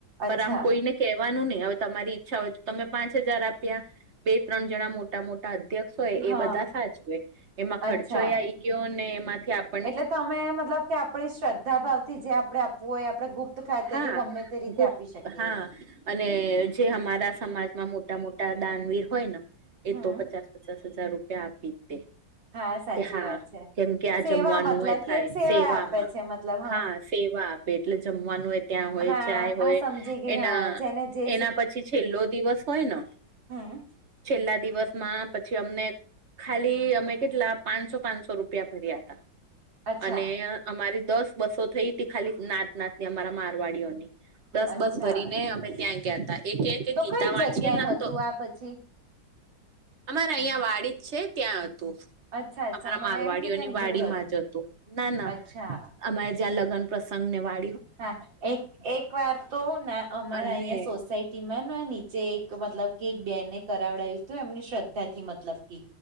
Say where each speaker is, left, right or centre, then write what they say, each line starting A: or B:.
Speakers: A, on the right; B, on the right.
A: અચ્છા
B: પર આમ કોઈને કહેવાનું નહીં. હવે તમારી ઈચ્છા હોય તો તમે પાંચ હજાર આપ્યા. બે-ત્રણ જણા મોટા મોટા અધ્યક્ષ હોય,
A: હા
B: એ બધા સાચા હોય. એમાં
A: અચ્છા
B: ખર્ચો એ આવી ગયો ને, એમાંથી આપ.
A: એટલે તમે, મતલબ કે, આપડી શ્રદ્ધા ભાવ થી જે આપડે આપવું હોય, આપણે ગુપ્ત તો ખાતે
B: હા
A: કે ગમે તે રીતે
B: ગુ
A: આપી શકીએ.
B: હા અને જે અમારા સમાજમાં મોટા મોટા દાનવીર હોય ને,
A: હમ
B: એ તો પચાસ પચાસ હજાર રૂપિયા આપી દે.
A: હા સાચી
B: કે હા,
A: વાત છે
B: કેમ કે આ
A: સેવા
B: જમવાનું
A: મતલબ
B: એ થાય,
A: કે એક સેવા
B: સેવામાં.
A: આપે છે મતલબ
B: હા, સેવા. પેટલે જમવાનું. ત્યાં હોય,
A: હા
B: ચાય
A: હા
B: હોય.
A: સમજી ગઈ
B: એના
A: હા જેને જે
B: એના પછી છેલ્લો દિવસ હોય ને
A: હમ.
B: છેલ્લા દિવસ માં પછી અમને ખાલી અમે કેટલા પાંચસો-પાંચસો રૂપિયા ભર્યા હતા.
A: અચ્છા
B: અને અમારી દસ બસો થઈ હતી ખાલી નાત નાત ની અમારા મારવાડીઓની દસ
A: અચ્છા
B: બસ ભરી ને અમે ત્યાં ગયા હતા એક એક ગીતા
A: કઈ
B: વાંચીએેને
A: જગ્યાએ હતું
B: તો
A: આ તો પછી
B: અમારે અહિયાં વાડી જ છે ત્યાં હતું
A: અચ્છા અચ્છા
B: અમારા
A: મને
B: મારવાડીઓની
A: એમ કે ક્યાંક
B: વાડી
A: દૂર
B: માં જ હતું ના ના
A: અચ્છા
B: અમારે જ્યાં લગન પ્રસંગ ને વાત
A: હા એક એક વાર તો ના અમારા
B: અને
A: અહિયાં સોસાયટી મેં નીચે એક મતલબ કે એક બેનને કરાવડાયું હતું એમની શ્રદ્ધા થી મતલબ કે